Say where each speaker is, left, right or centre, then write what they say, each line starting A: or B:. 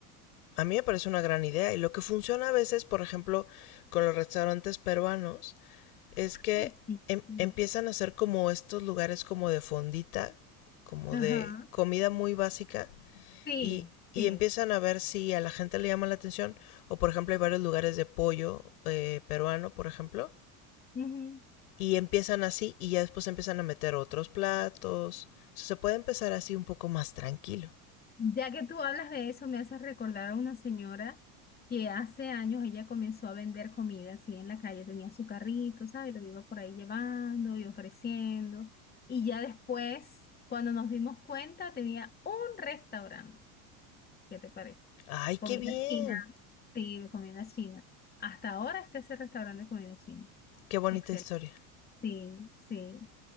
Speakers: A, on the left; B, on the left.
A: A mí me parece una gran idea y lo que funciona a veces, por ejemplo, con los restaurantes peruanos, es que
B: Ay, sí,
A: em-
B: no.
A: empiezan a hacer como estos lugares como de fondita, como
B: Ajá,
A: de comida muy básica
B: sí,
A: y, y
B: sí.
A: empiezan a ver si a la gente le llama la atención o por ejemplo hay varios lugares de pollo eh, peruano, por ejemplo,
B: Ujú.
A: y empiezan así y ya después empiezan a meter otros platos. O sea, se puede empezar así un poco más tranquilo.
B: Ya que tú hablas de eso, me haces recordar a una señora que hace años ella comenzó a vender comida así en la calle, tenía su carrito, ¿sabes? Lo iba por ahí llevando y ofreciendo. Y ya después, cuando nos dimos cuenta, tenía un restaurante. ¿Qué te parece?
A: Ay, qué
B: Comida
A: bien.
B: china. Sí, de comida china. Hasta ahora está ese restaurante de comida china.
A: Qué bonita
B: Excelente.
A: historia.
B: Sí, sí.